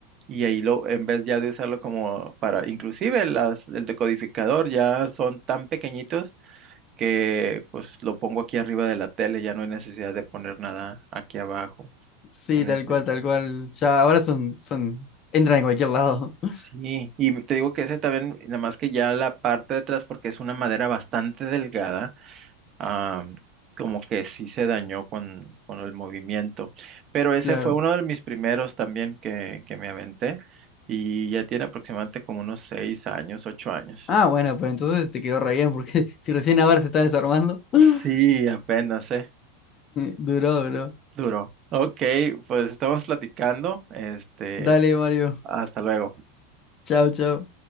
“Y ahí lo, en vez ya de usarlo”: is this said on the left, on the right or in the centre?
Right